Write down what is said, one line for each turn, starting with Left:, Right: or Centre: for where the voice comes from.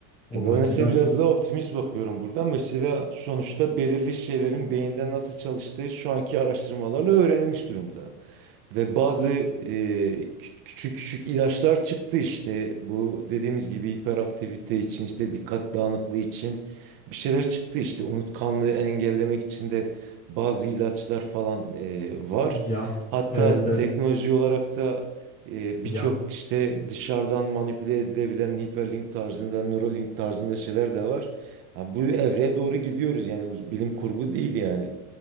Left: O
Right: Ya ben
Left: açıdan
Right: mesela biraz daha optimist bakıyorum burada, Mesela sonuçta belirli şeylerin beyinde nasıl çalıştığı şu anki araştırmalarla öğrenilmiş durumda. Ve bazı e, kü- küçük küçük ilaçlar çıktı işte. Bu dediğimiz gibi hiperaktivite için işte dikkat dağınıklığı için bir şeyler çıktı işte. Unutkanlığı engellemek için de bazı ilaçlar falan e, var.
Left: ya
Right: Hatta
Left: evet e,
Right: teknoloji olarak da e, birçok
Left: ya
Right: işte dışarıdan manipüle edilebilen hiperlink tarzında, Neuralink tarzında şeyler de var. Ha, bu evreye doğru gidiyoruz yani bu bilim kurgu değil yani.